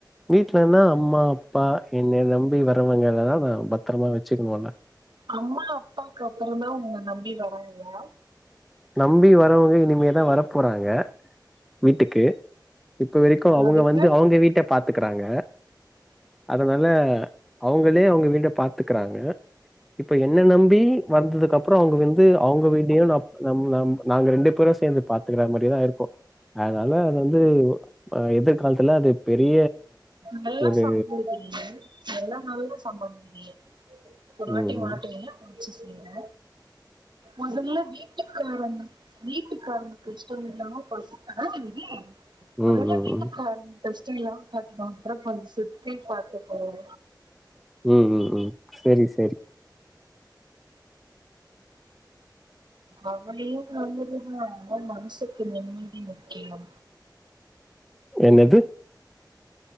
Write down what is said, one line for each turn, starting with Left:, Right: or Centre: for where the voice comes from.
Centre: வீட்லனா அம்மா அப்பா என்னய நம்பி வரவங்கலெலா நா பத்தரமா வச்சுக்ணுல
Right: அம்மா அப்பாக்கு அப்றோந்தா உன்ன நம்பி வரவுங்க
Centre: நம்பி வரவங்க இனிமேதா வர போறாங்க வீட்டுக்கு இப்ப வரைக்கு அவுங்க
Right: அதுக்கு
Centre: வந்து அவுங்க வீட்ட பாத்துக்றாங்க அதனால அவு ங்ளே அவுங்க வீட்ட பாத்துக்றாங்க இப்ப என்ன நம்பி வந்ததுக்கு அப்றோ அவுங்க வந்து அவுங்க வீடயு நா நம் நாம் நாங்க ரெண்டு பேரு சேந்து பாத்துக்குற மாரிதா இருக்கு அதனால அது வந்து எதிர்கால்த்துல அது பெரிய
Right: நல்லா
Centre: ஒரு
Right: <unintelligible> நல்ல நல்ல <unintelligible> ஒரு வாட்டி
Centre: ம்
Right: மாத்துனே பிஸ்மில மொதல்ல வீட்டுக்கு வாங்கனு வீட்டுக்காரங்ளுக்கு இஷ்டம் இல்லாம <unintelligible>
Centre: ம் ம்
Right: மொதல்ல
Centre: ம்
Right: வீட்டுக்காரங்க பிரச்சன இல்லாம பாத்துப்பா அப்புற கொஞ்சம் சுத்தி பாத்துப்போங்க
Centre: ம் ம் ம் சேரி சேரி
Right: அவனே வந்துட்டு மனசுக்கு நிம்மதி வேணு
Centre: என்னது